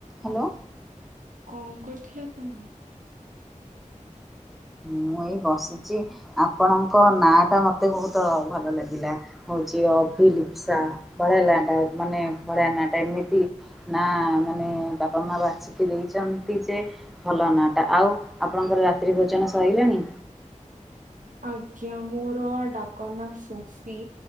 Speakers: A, in the centre; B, on the right.
A: Hello
B: କଣ କରୁଥିଲେ ଆପଣ?
A: ମୁଁ ଏଇ ବସିଛି ଆପଣଙ୍କ ନା ଟା ମତେ ବହୁତ ଭଲ ଲାଗିଲା। ହଉଛି ଅଭିଲିପସା ବଢଆ ଟା ମାନେ ବଢି ନା ଟା ଏମିତି। ନା ମାନେ ବାପା ମା ବାଛିିକି ଦେଇଛନ୍ତି ଯେ ଭଲ ନା ଟା ଆଉ ଆପଣଙ୍କର ରାତ୍ରି ଭୋଜନ ସରିଲାଣି।
B: ଆଜ୍ଞା ମୋର ଡାକ ନା ସୁଶ୍ରୁ।